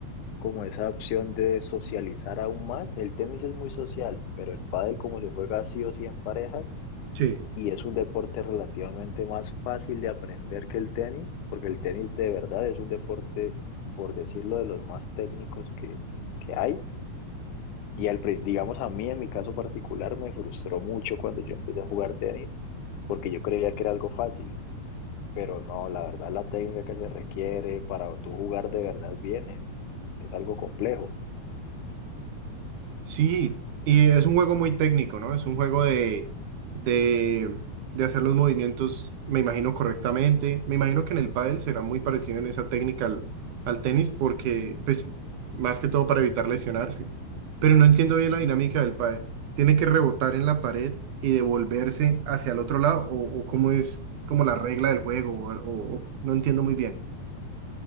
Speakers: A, on the left (about 80°); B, on the right (about 80°).
A: como esa opción de socializar aún más. El tenis es muy social, pero el pádel como se juega sí o sí en parejas,
B: Sí.
A: y es un deporte relativamente más fácil de aprender que el tenis, porque el tenis de verdad es un deporte, por decirlo, de los más técnicos que, que hay. Y al, prin- digamos a mí, en mi caso particular, me frustró mucho cuando yo empecé a jugar tenis, porque yo creía que era algo fácil, pero no, la verdad la técnica que se requiere para tú jugar de verdad bien es, es algo complejo.
B: Sí, y es un juego muy técnico, ¿no? Es un juego de, de, de hacer los movimientos, me imagino, correctamente. Me imagino que en el pádel será muy parecido en esa técnica al, al tenis, porque, pues, más que todo para evitar lesionarse. Pero no entiendo bien la dinámica del pádel. ¿Tiene que rebotar en la pared y devolverse hacia el otro lado? ¿O, o cómo es como la regla del juego? O, o- o- no entiendo muy bien.